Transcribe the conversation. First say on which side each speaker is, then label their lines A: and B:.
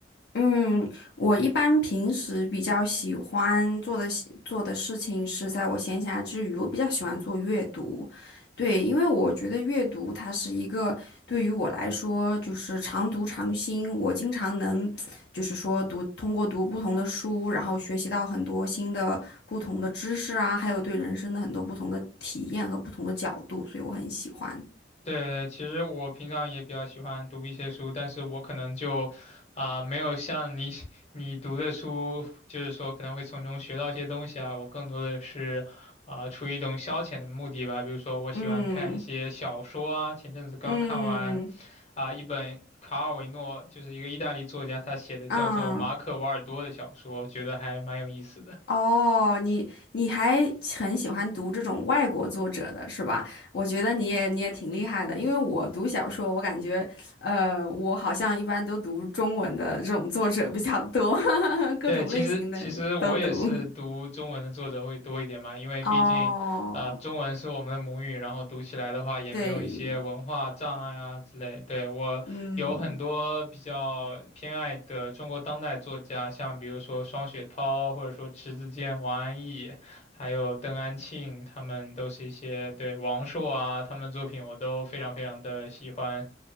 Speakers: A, on the left; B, on the left.
A: 嗯，我一般平时比较喜欢做的事做的事情是在我闲暇之余，我比较喜欢做阅读。对，因为我觉得阅读它是一个对于我来说就是常读常新，我经常能就是说读通过读不同的书，然后学习到很多新的不同的知识啊，还有对人生的很多不同的体验和不同的角度，所以我很喜欢。
B: 对，对，其实我平常也比较喜欢读一些书，但是我可能就，啊、没有像你 <laughs> 你读的书，就是说可能会从中学到一些东西啊。我更多的是，啊、出于一种消遣的目的吧。比如说，我喜欢看一些小说啊，
A: 嗯
B: 前阵子刚看完，
A: 嗯嗯。
B: 啊、一本卡尔维诺，就是一个意大利作家他写的叫做《马可·
A: 啊
B: 瓦尔多》的小说，我觉得还蛮有意思的。
A: 哦，你你还很喜欢读这种外国作者的是吧？我觉得你也你也挺厉害的，因为我读小说，我感觉，呃，我好像一般都读中文的这种作者比较多，<laughs> 各种类型的都读。
B: 对，其实其实我也是读中文的作者会多一点嘛，因为毕竟，
A: 哦，
B: 呃，中文是我们的母语，然后读起来的话也没有一些文化障碍啊之类。
A: 对，
B: 对，我有很多比较偏爱的中国当代作家，
A: 嗯，
B: 像比如说双雪涛，或者说迟子建、王安忆，还有邓安庆，他们都是一些，对，王朔啊，他们的作品我都非常非常的喜欢。